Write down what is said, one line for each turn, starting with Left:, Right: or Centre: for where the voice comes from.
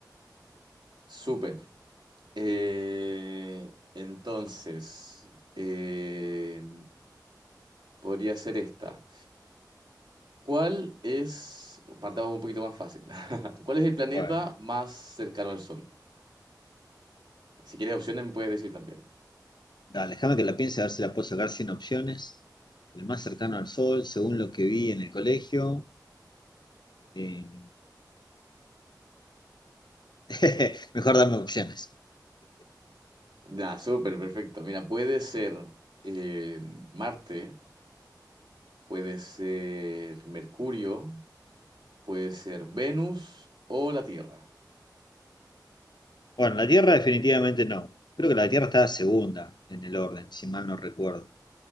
Right: Súper. Eh, entonces, eh, podría ser esta. ¿Cuál es, partamos un poquito más fácil. <laughs> ¿Cuál es el planeta
Left: bueno.
Right: más cercano al Sol? Si quieres opciones me puedes decir también.
Left: Dale, déjame que la piense a ver si la puedo sacar sin opciones. El más cercano al Sol, según lo que vi en el colegio. eh, <laughs> Mejor dame opciones.
Right: Ya, súper, perfecto. Mira, puede ser eh, Marte, puede ser Mercurio, Puede ser Venus o la Tierra.
Left: Bueno, la Tierra definitivamente no. Creo que la Tierra estaba segunda en el orden, si mal no recuerdo.